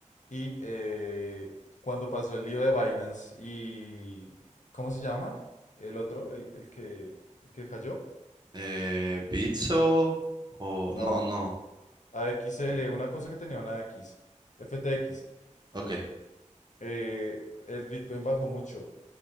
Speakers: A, on the left; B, on the right.
A: Y eh, cuando pasó el lío de Binance y... ¿Cómo se llama? El otro, el, el que, el que cayó.
B: Eh, Bitso o...
A: No,
B: No, no.
A: a AXL, una cosa que tenía una X, FTX.
B: Ok,
A: eh, el Bitcoin bajó mucho,